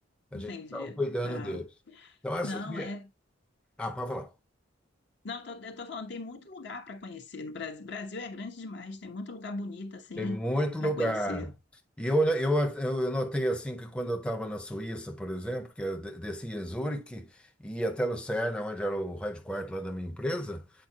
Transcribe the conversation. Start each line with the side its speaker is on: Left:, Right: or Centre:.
Centre: A
Left: entendi.
Centre: gente estava cuidando
Left: Ah,
Centre: deles. Então essas
Left: não,
Centre: vias.
Left: é
Centre: Ah, para falar.
Left: Não, eu tô, eu tô falando, tem muito lugar para conhecer no Brasil. Brasil é grande demais, tem muito lugar bonito assim
Centre: Tem muito
Left: para
Centre: lugar.
Left: conhecer.
Centre: E eu, olha- eu, eu notei assim que quando eu estava na Suíça, por exemplo, que eu de- descia em Zurique e ia até Lucerna, onde era o headquarter lá da minha empresa,